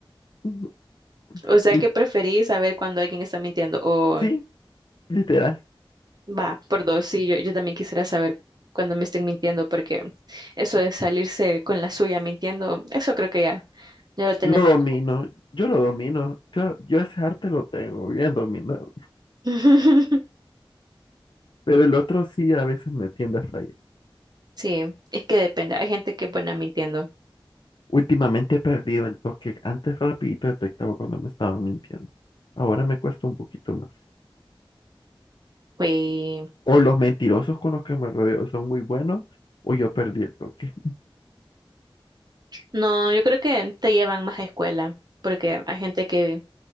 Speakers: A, on the left; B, on the right.
A: <laughs>
B: O sea,
A: Y
B: ¿qué preferís saber cuando alguien está mintiendo? o
A: sí, literal,
B: Va, por dos, sí, yo, yo también quisiera saber cuando me estén mintiendo, porque eso de salirse con la suya mintiendo, eso creo que ya, ya lo tenemos
A: lo domino,
B: como.
A: yo lo domino, yo, yo ese arte lo tengo bien dominado,
B: <laughs>
A: pero el otro sí a veces me tiende a fallar.
B: Sí, es que depende, hay gente que es buena mintiendo.
A: Últimamente he perdido el toque, antes rapidito detectaba cuando me estaban mintiendo, ahora me cuesta un poquito más.
B: Y
A: O los mentirosos con los que me rodeo son muy buenos, o yo perdí el toque.
B: no, yo creo que te llevan más a escuela, porque hay gente que